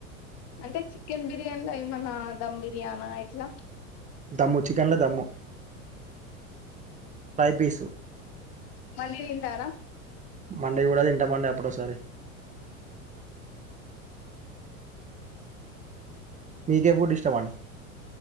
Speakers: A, on the left; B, on the right.
A: అంటే చికెన్ బిర్యాన్లా ఏమన్నా ధమ్ బిర్యానా ఏట్లా.
B: దమ్ము చికెన్లో దమ్ము పైపీసు
A: మళ్ళీ తింటారా
B: మండే కూడా తింటామండి అప్పుడో సారి మీకే ఫుడ్ ఇష్టమండి